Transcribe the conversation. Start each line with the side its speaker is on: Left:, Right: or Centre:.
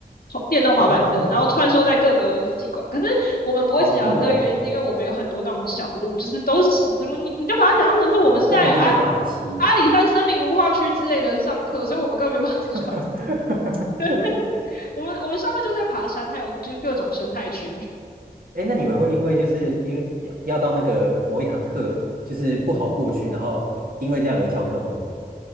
Left: 电动滑板车，
Right: 哦，
Left: 然后穿梭在各个系馆。可是我们不会骑脚踏车，
Right: 好酷哦！
Left: 原因是因为我们有很多那种小路，就是都是石子路。你你就把它想象成是我们是在阿
Right: 哦，根本就没办法骑，
Left: 阿里山森林文化区之类的上课，所以我们根本没办法骑脚踏车。
Right: <laughs>
Left: <laughs> 我们我们上课就是在爬山，还有就是各种生态区。
Right: 哎那你们会因为就是因为要要到那个某一堂课，就是不好过去，然后呃因为这样而翘课吗？